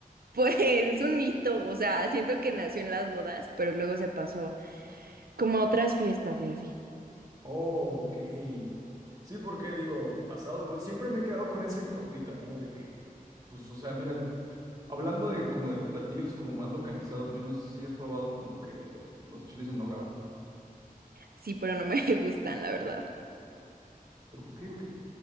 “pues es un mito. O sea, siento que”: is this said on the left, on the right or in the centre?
Right